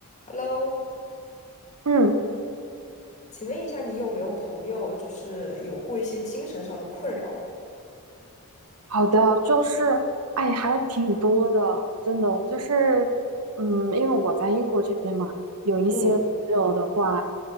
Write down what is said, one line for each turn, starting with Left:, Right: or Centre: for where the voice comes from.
Left: Hello，
Right: 嗯，
Left: 请问一下，你有没有朋友就是有过一些精神上的困扰？
Right: 好的，就是，哎，还挺多的，真的，就是，嗯，因为我在英国这边嘛，有一些朋友的话，
Left: 嗯